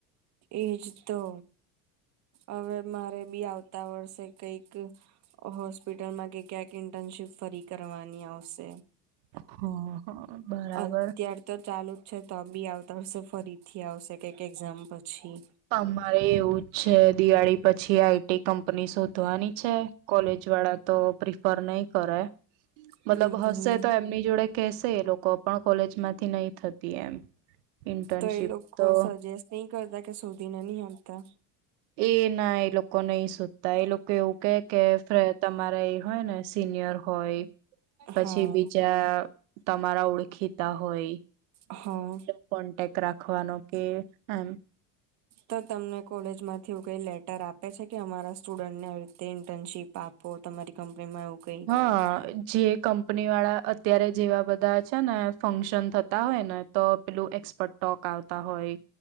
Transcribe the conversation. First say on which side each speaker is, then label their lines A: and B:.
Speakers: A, on the right; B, on the right.
A: એજ તો.. હવે, મારે બી આવતા વર્ષે કઈક હોસ્પિટલમાં કે ક્યાંક ઇન્ટર્નશીપ ફરી કરવાની આવશે.
B: હા હા બરાબર
A: અત્યાર ચાલુ જ છે, તો બી આવતા વર્ષે ફરીથી આવશે, કઈક એક્ઝામ પછી
B: અમારે એવું જ છે, દિવાળી પછી આઈટી કંપની શોધવાની છે. કોલેજ વાળા તો પ્રિફર નહી કરે, મતલબ
A: હમ
B: હશે
A: હમ
B: તો એ મની જોડે કહેશે એ લોકો પણ કોલેજ માંથી નહી થતી, એમ ઇન્ટર્નશીપ
A: તો એ લોકો
B: તો
A: સજેસ્ટ નહી કરતા કે શોધીને નહી આપતા
B: એ.. ના, એ લોકો નહી સોધતા એ લોકો એવું કે.. કે, ફે તમારા એ હોય ને સિનિયર હોય પછી
A: હા
B: બીજા તમારા ઓળખીતા હોય.
A: હા
B: કોન્ટેક્ટ રાખવાનો કે એમ
A: તો તમને કોલેજ માં એવું કઈ લેટર આપે છે કે, અમારા સ્ટુડન્ટને અહીં થી ઇન્ટર્નશીપ આપો તમારી કંપનીમાં એવું કંઈક
B: હા.. અ જે કંપનીવાળા અત્યારે જેવા બધા છે ને ફંક્શન થતા હોય ને તો પેલું એક્સપર્ટ ટોક આવતા હોય